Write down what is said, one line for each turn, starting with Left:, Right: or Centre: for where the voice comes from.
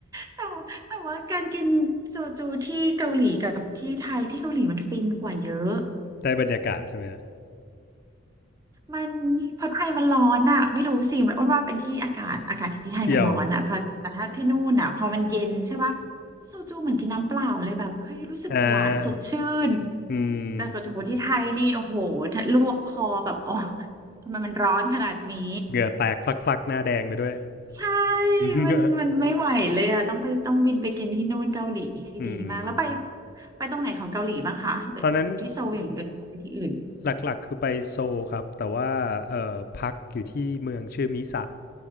Right: แต่ว่าแต่ว่าการกินโซจูที่เกาหลีกับที่ไทยที่เกาหลีมันฟินกว่าเยอะ
Left: ได้บรรยากาศใช่ไหมฮะ
Right: มันเพราะไทยมันร้อนอ่ะไม่รู้สิมันอ้วนว่าเป็นที่อากาศอากาศที่ไทยมันร้อนอ่ะเพอแต่ถ้าที่นู่นอ่ะพอมันเย็นใช่ปะ
Left: เกี่ยว
Right: โซจูเหมือนกินน้ำเปล่าเลยแบบเฮ้ยรู้สึกหวานสดชื่น
Left: อ่าอืม
Right: แต่ปะโถที่ไทยนี่โอ้โหลวกคอแบบอ๋อทำไมมันร้อนขนาดนี้
Left: เหงื่อแตกพลักๆหน้าแดงไปด้วย
Right: ใช่
Left: <laughs>
Right: มันมันไม่ไหวเลยอะต้องไปต้องบินไปกินที่นู่นเกาหลีคือดีมาก
Left: อืม
Right: แล้วไปไปตรงไหนของเกาหลีบ้างคะหรืออยู่ที่โซลอย่างเดียวหรือว่าไปที่อื่น
Left: ตอนนั้น หลักๆคือไปโซลครับแต่ว่าเอ่อพักอยู่ที่เมืองชื่อมิสะ